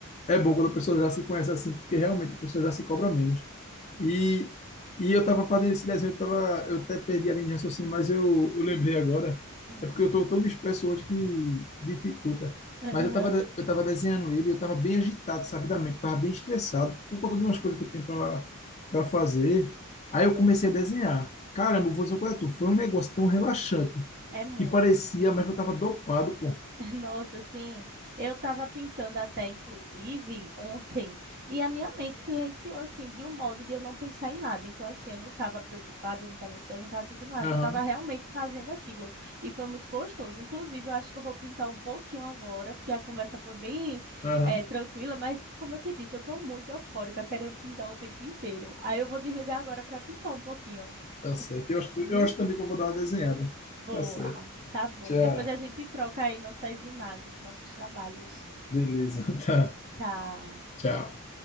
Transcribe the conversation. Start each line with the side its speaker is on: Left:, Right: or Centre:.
Left: é bom quando a pessoa já se conhece assim, porque realmente a pessoa já se cobra menos. E, e eu estava fazendo esse desenho, eu, tava, eu até perdi a linha de raciocínio, mas eu, eu lembrei agora.
Right: Hum.
Left: É porque eu estou tão disperso hoje que dificulta.
Right: Aham.
Left: Mas eu estava eu tava desenhando ele, e eu estava bem agitado, sabidamente, estava bem estressado por conta de umas coisas que eu tenho para fazer. Aí eu comecei a desenhar. Caramba, vou dizer qual é tu. Foi um negócio tão relaxante
Right: É muito.
Left: que parecia, mas eu estava dopado, pô.
Right: <laughs> Nossa, assim, eu estava pintando até, inclusive, ontem, e a minha mente silenciou, assim, de um modo de eu não pensar em nada. Então, assim, eu não estava preocupada, eu não estava ansiosa, eu não estava sentindo nada,
Left: Aham,
Right: eu só estava realmente fazendo aquilo. E foi muito gostoso. Inclusive, eu acho que eu vou pintar um pouquinho agora, porque a conversa foi bem,
Left: aham.
Right: eh, tranquila, mas, como eu te disse, eu estou muito eufórica, querendo pintar o tempo inteiro. Aí eu vou desligar agora para pintar um pouquinho.
Left: Tá certo. Eu acho,
Right: vi?
Left: eu acho também que eu vou dar uma desenhada.
Right: Boa,
Left: Tá certo.
Right: tá bom.
Left: Tchau.
Right: Depois a gente troca aí nossas imagens, nossos trabalhos.
Left: Beleza. <laughs> Tá.
Right: Tchau.
Left: Tchau.